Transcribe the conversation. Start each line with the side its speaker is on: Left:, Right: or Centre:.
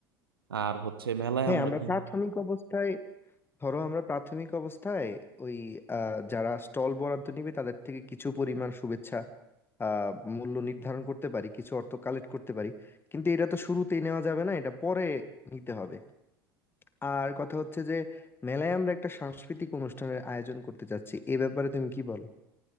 Right: আর হচ্ছে মেলায়
Left: হ্যাঁ
Right: আমরা
Left: আমরা
Right: কিন্তু
Left: প্রাথমিক অবস্থায় ধরো আমরা প্রাথমিক অবস্থায় ওই আহ, যারা স্টল বরাদ্দ নিবে তাদের থেকে কিছু পরিমাণ শুভেচ্ছা আহ, মূল্য নির্ধারণ করতে পারি কিছু অর্থ কালেক্ট করতে পারি কিন্তু এটা তো শুরুতেই নেওয়া যাবে না এটা পরে নিতে হবে আর কথা হচ্ছে যে মেলায় আমরা একটা সাংস্কৃতিক অনুষ্ঠানের আয়োজন করতে চাচ্ছি এ ব্যাপারে তুমি কি বলো